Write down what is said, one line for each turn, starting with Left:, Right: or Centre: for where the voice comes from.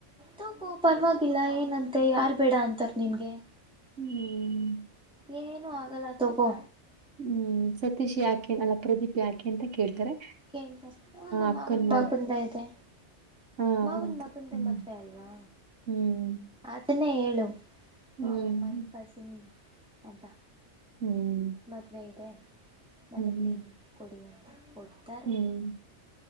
Centre: ತಗೋ ಪರವಾಗಿಲ್ಲ ಏನಂತ ತ್ತೆ ಯಾರ್ ಬೇಡ ಅಂತಾರ ನಿನ್ಗೆ
Right: ಹ್ಮ್
Centre: ಏನು ಆಗಲ್ಲ ತಗೋ
Right: ಹ್ಮ್ ಸತೀಶ್ ಯಾಕೆಗಲ್ಲ ಪ್ರದೀಪ್ ಯಾಕೆ ಅಂತ ಕೇಳ್ತಾರೆ
Centre: ಕೇಳ್ಧಷ್ಟು ನಮ್ಮ
Right: ಅಕ್ಕನ್
Centre: ಮಾವನ
Right: ಮ
Centre: ಮಗಂದ ಇದೆ
Right: ಹಾ
Centre: ಮಾವನ್
Right: ಹೌದು.
Centre: ಮಗಂದೆ
Right: ಹ್ಮ್
Centre: ಮದ್ವೆ ಅಲ್ವಾ
Right: ಹ್ಮ್
Centre: ಅದನ್ನೇ ಹೇಳ ಹೇಳು
Right: ಹ್ಮ್
Centre: ಹ ಮೈ ಕಸಿನ್ ಎಂತ
Right: ಹ್ಮ್
Centre: ಮದ್ವೇ ಇದೆ ನನ್ಗ
Right: ಹ್ಮ್.
Centre: ಲಿವ್ ಕೊಡಿ ಕೊಡ್ತಾರೆ
Right: ಹ್ಮ್.